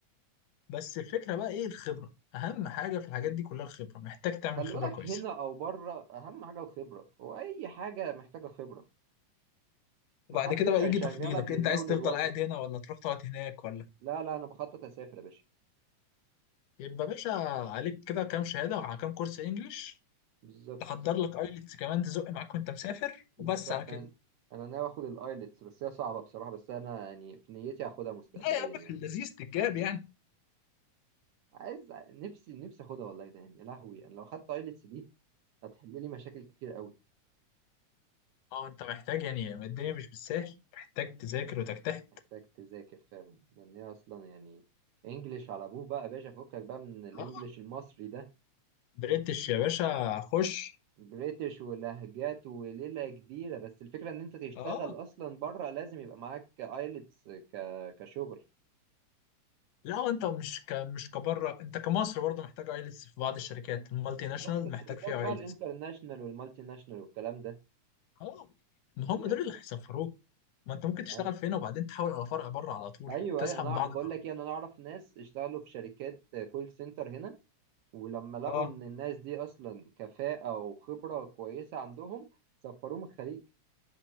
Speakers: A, on the left (about 80°); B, on the right (about 70°).
A: بس الفكرة بقى ايه الخبرة اهم حاجة في الحاجات دي كلها الخبرة محتاج تعمل
B: خلي
A: خبرة
B: بالك
A: كويسة
B: هنا او بره اهم حاجه الخبره واي حاجه محتاجه خبره محدش
A: وبعد كده بقى
B: هيشغلك
A: يجي تفضيلك
B: لله
A: انت عايز
B: وللوطن
A: تفضل قاعد هنا ولا تروح تقعد هناك ولا
B: لا لا انا بخطط اسافر يا باشا
A: يبقى باشا عليك كده كام شهادة وعلى كام كورس انجليش
B: بالظبط
A: تحضر لك ايلتس كمان تزق معاك وانت مسافر
B: بالظبط
A: وبس على كده
B: انا انا ناوي اخد الايلتس بس هي صعبه بصراحه بس انا يعني في نيتي هاخدها مستقبليا
A: لا يا عم
B: يعني
A: في اللذيذ تتجاب يعني
B: عايز نفسي نفسي اخدها والله ده يعني يا لهوي انا لو خدت ايلتس دي هتحل لي مشاكل كتير قوي
A: اه انت محتاج يعني الدنيا مش بالسهل محتاج تذاكر وتجتهد
B: محتاج تذاكر فعلا لان هي اصلا يعني انجليش على ابوه بقى يا باشا فكك بقى من الانجليش
A: اه
B: المصري ده
A: بريتش يا باشا خش
B: بريتش ولهجات وليلة كبيرة بس الفكرة ان انت تشتغل
A: اه
B: اصلا بره لازم يبقى معاك ايلتس ك... كشغل
A: لا هو انت مش ك... مش كبره انت كمصر برضه محتاج ايلتس في بعض الشركات المالتي
B: في
A: ناشونال
B: بعض الشركات
A: محتاج فيها
B: بقى
A: ايلتس
B: الانترناشنال والمالتي ناشنال والكلام ده
A: اه ما هم
B: انت فاهمني
A: دول اللي هيسفروك ما انت ممكن تشتغل
B: أي-
A: في هنا وبعدين تحاول على فرع بره على طول
B: ايوه
A: تسحب
B: ايوه انا
A: من بعضك
B: بقول
A: على
B: لك
A: طول
B: ايه انا اعرف ناس اشتغلوا في شركات كول سنتر هنا ولما لقوا
A: اه
B: ان الناس دي اصلا كفاءة وخبرة كويسة عندهم سفروهم الخليج